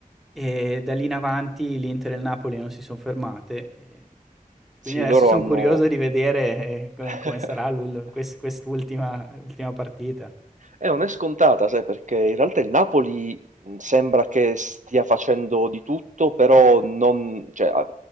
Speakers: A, in the centre; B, on the right.
A: e da lì in avanti l'Inter e il Napoli non si sono fermate. E
B: Sì,
A: Quindi adesso
B: loro
A: sono
B: hanno...
A: curioso di vedere eh, co-
B: <laughs>
A: come sarà l'ul- quest- quest'ultima ultima partita.
B: Eh, non è scontata, sai, perché in realtà il Napoli mh, sembra che stia facendo di tutto, però non, cioè, ah,